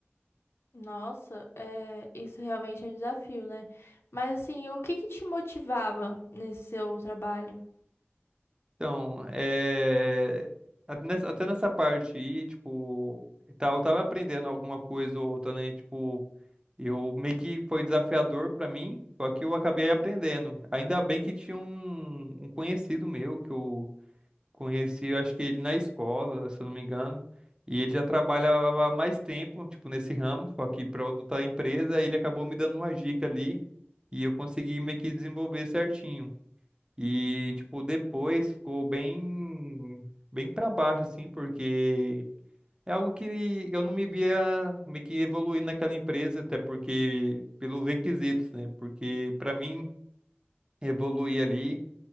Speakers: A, on the left (about 65°); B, on the right (about 20°).
A: Nossa, é isso realmente é um desafio, né? Mas assim, o que que te motivava nesse seu trabalho?
B: Então, é... até nessa até nessa parte aí, tipo, e tal, eu tava aprendendo alguma coisa ou outra, né? Tipo, eu meio que foi desafiador pra mim, só que eu acabei aprendendo. Ainda bem que tinha um, um conhecido meu que eu Conheci, eu acho que ele na escola, se eu não me engano. E ele já trabalhava há mais tempo, tipo, nesse ramo, só que para outra empresa, ele acabou me dando uma dica ali e eu consegui meio que desenvolver certinho. E, tipo, depois ficou bem, bem para baixo, assim, porque é algo que eu não me via meio que evoluindo naquela empresa, até porque, pelos requisitos, né? Porque, para mim, evoluir ali.